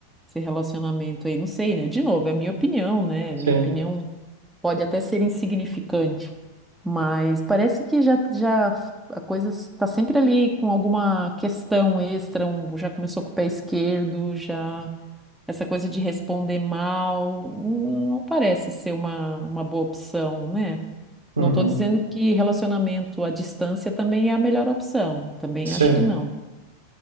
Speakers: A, in the centre; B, on the right (about 70°).
A: esse relacionamento aí. Não sei, né? De novo, é minha opinião, né?
B: Sim.
A: Minha opinião pode até ser insignificante, mas parece que já, já a coisa está sempre ali com alguma questão extra, um- já começou com o pé esquerdo, já essa coisa de responder mal, hum, não parece ser uma, uma boa opção, né?
B: Uhum.
A: Não estou dizendo que relacionamento à distância também é a melhor opção, também
B: Sim.
A: acho que não.